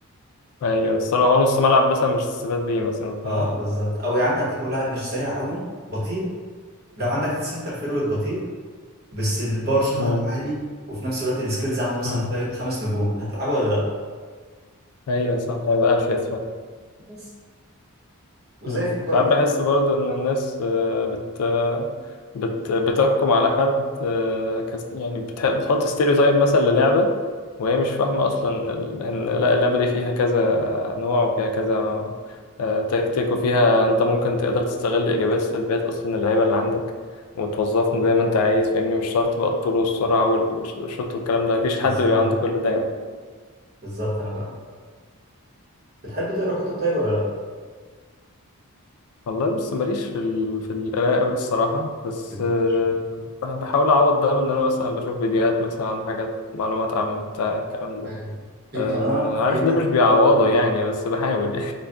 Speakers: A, on the left; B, on the right.
A: ايوه بس لو هو نص ملعب مثلا مش تستفاد بيه مثلا فاهم
B: اه بالظبط او يا عم اعتبره لاعب مش سريع قوي بطيء لو عندك سنتر فيرود بطيء بس الباور شوت
A: امم
B: عنده عالي وفي نفس الوقت السكيلز عنده مثلا
A: امم
B: خ- خمس نجوم هتلعبه ولا لا
A: ايوه صح هيبقى افيد فاهم
B: بس وزي
A: مم.
B: في الكوره
A: ساعات
B: مثلا
A: بحس برضه إن الناس آه، بت بت بتحكم على حد آه، كس... يعني بتح... بتحط ستيريوتايب مثلا للعبة وهي مش فاهمة أصلا ال- إن لا اللعبة دي فيها كذا نوع وفيها كذا آه، تكتيك وفيها أنت ممكن تقدر تستغل إيجابيات سلبيات أصلا اللعيبة اللي عندك وتوظفهم زي ما أنت عايز فاهمني مش شرط بقى الطول والسرعة والشوط والكلام ده مفيش
B: بالظبط
A: حد بيبقى عنده كل ده يعني.
B: بالظبط انا فاهم بتحب تقرا كتب طيب ولا لا
A: والله بص ماليش في ال... في القراية أوي الصراحة بس
B: بتش-
A: آه، بح- بحاول أعوض ده بإن أنا مثلا بشوف فيديوهات مثلا عن حاجات معلومات عامة بتاع الكلام ده
B: ايوه في
A: أه...
B: قناه
A: عارف
B: في واحد
A: ده مش بيعوضه يعني بس بحاول يعني